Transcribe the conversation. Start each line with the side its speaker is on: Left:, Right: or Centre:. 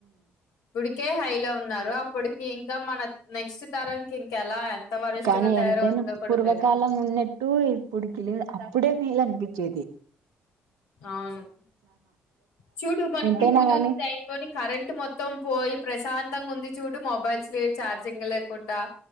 Left: ఇప్పుడికే హై లో ఉన్నారు అప్పటికి ఇంకా మన నెక్స్ట్ తరంకి ఇంకెలా ఎంత వరస్ట్
Right: కానీ
Left: గా తయారవుతదో
Right: ఎంతైనా
Left: కూడా
Right: పూర్వకాలం
Left: తెలిదు
Right: ఉన్నట్టు ఇప్పుడు కి అప్పుడే వీళ్ళని ఇచ్చేది
Left: అవును చూడు మనకి
Right: ఎంతైనా
Left: ఉదుదు
Right: గాని
Left: టైంలోని కరెంట్ కరెంట్ మొత్తం పోయి ప్రశాంతంగా ఉంది చూడు మొబైల్స్ లో ఛార్జింగ్ లేకుండా